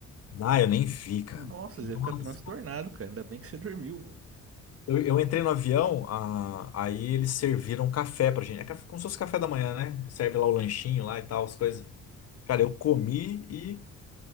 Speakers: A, on the left (about 55°); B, on the right (about 50°).
A: Ah, eu nem vi, cara.
B: Nossa,
A: Nossa,
B: você ia ficar transtornado, cara. Ainda bem que você dormiu, velho.
A: eu, eu entrei no avião, ah, aí eles serviram um café pra gente. É café- como se fosse café da manhã, né? Serve lá o lanchinho lá e tal, as coisas. Cara, eu comi e